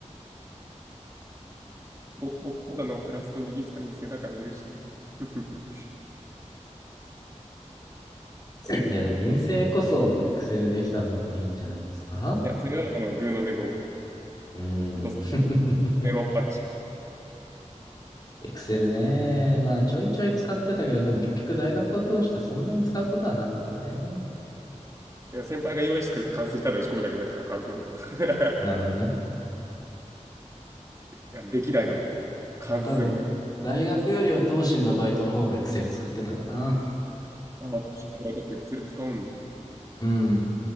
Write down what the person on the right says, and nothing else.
ぼ僕、ただのフラスコ握った陰性だから許してって。<laughs>
いや、それはあの、グーの根も出ない。
ドスのメロンパンチ。
いや、先輩が用意してくれた関数にただ打ち込むだけだったから簡単。<laughs>
いや歴代の
関数みたいな。
そう。
ああ、確かにエクセル使うんだ。